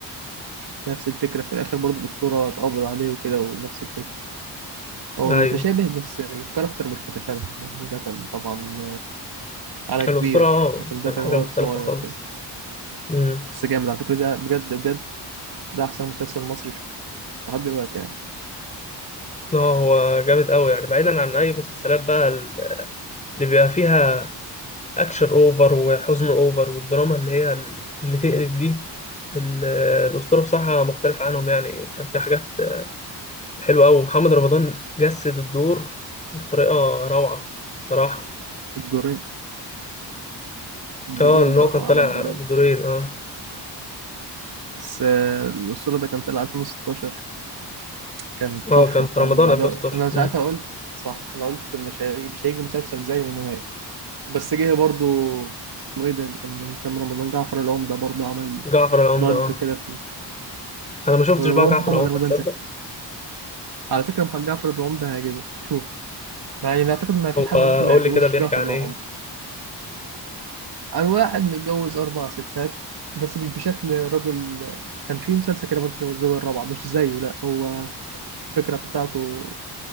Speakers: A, on the right; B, on the left.
A: نفس الفكره في الاخر برضه الاسطوره اتقبض عليه وكده ونفس الفكره هو
B: ايوه
A: متشابه بس الكاركتر مش متشابه يعني ده كان طبعا على
B: الأسطورة
A: كبير
B: اه
A: لكن
B: كان
A: ده كان
B: حاجة
A: ولد
B: مختلفة
A: صغير
B: خالص
A: كده
B: امم
A: بس جامد على فكره ده بجد بجد ده احسن مسلسل مصري شفته لحد دلوقتي يعني
B: اه هو جامد أوي يعني بعيدا عن أي مسلسلات بقى ال- اللي بيبقى فيها أكشن أوفر وحزن أوفر والدراما اللي هي ال- اللي تقرف دي ال- الأسطورة بصراحة مختلف عنهم يعني كان في حاجات حلوة أوي محمد رمضان جسد الدور بطريقة روعة بصراحة
A: الدورين الدورين
B: اه لأن
A: بقى
B: هو كان
A: عمل
B: طالع
A: دورين
B: بدورين اه
A: بس آه، الأسطورة ده كان طلع 2016 كان
B: اه
A: طفرة
B: كان في
A: فاهم
B: رمضان
A: بعدها
B: 2016
A: أنا ساعتها
B: امم
A: قلت صح أنا قلت مش هي... مش هيجي مسلسل زيه نهائي بس جه برضو اسمه إيه ده اللي كان من كام رمضان جعفر العمدة برضو عمل
B: جعفر العمدة
A: ضجة
B: اه
A: كده في ال...
B: أنا ما شفتش
A: وهو
B: بقى جعفر
A: محمد
B: العمدة
A: رمضان
B: تصدق
A: زكي على فكرة محمد جعفر العمدة هيعجبك شوف يعني أنا أعتقد ما فيش
B: هو
A: حد ممكن ما
B: قول
A: يعجبوش
B: لي كده بيحكي
A: جعفر
B: عن
A: العمدة
B: إيه
A: أنا واحد متجوز أربع ستات بس مش بشكل راجل كان في مسلسل كده برضه شبه الزوجة الرابعة مش زيه لا هو الفكرة بتاعته